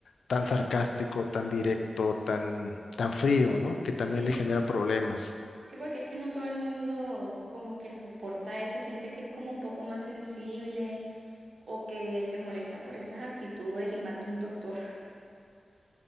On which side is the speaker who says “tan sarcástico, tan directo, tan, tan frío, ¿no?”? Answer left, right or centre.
Left